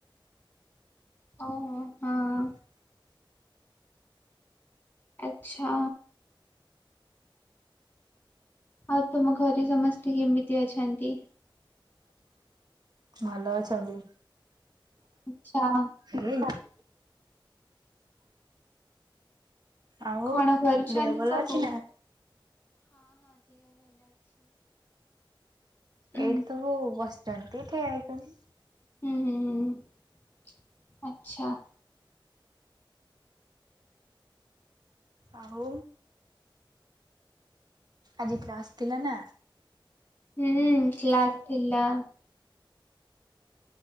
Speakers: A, on the left; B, on the right.
A: ଓହୋ, ହଁ। ଆଚ୍ଛା। ଆଉ ତମ ଘରେ ସମସ୍ତେ କେମିତି ଅଛନ୍ତି?
B: ଭଲ ଅଛନ୍ତି।
A: ଆଚ୍ଛା।
B: <inaudible> ଆଉ
A: କଣ କରୁଛନ୍ତି
B: ଦେହ ଭଲ
A: ସବୁ?
B: ଅଛି ନା?
A: ହୁଁ
B: ଏଇଠି ସବୁ ବସିଚନ୍ତି ଠିଆ ହେଇଚନ୍ତି।
A: ହୁଁ-ହୁଁ-ହୁଁ ଆଚ୍ଛା।
B: ଆଉ ଆଜି କ୍ଲାସ୍ ଥିଲା ନା?
A: ହୁଁ କ୍ଲାସ୍ ଥିଲା।